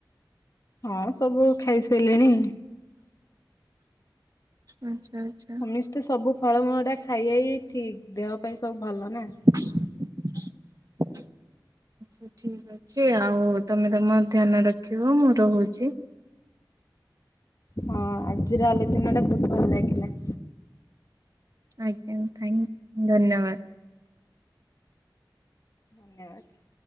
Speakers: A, on the left; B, on the right.
A: ହଁ ସବୁ ଖାଇସାରିଲେଣି।
B: ଆଚ୍ଛା। ଆଚ୍ଛା।
A: ସମେସ୍ତେ ସବୁ ଫଳମୂଳ ଟା ଖାଇଇ ଠିକ ଦେହ ପାଇଁ ସବୁ ଭଲ ନା?
B: <inaudible> ଆଛା ଠିକ ଅଛି ଆଉ ତମେ ତମ ଧ୍ୟାନ ରଖିବ ମୁଁ ରହୁଛି।
A: ହଁ ଆଜିର ଆଲୋଚନା ଟା ବହୁତ ଭଲ ଲାଗିଲା।
B: ଆଜ୍ଞା ଥଙ୍କ ଧନ୍ୟବାଦ।
A: ଧନ୍ୟବାଦ।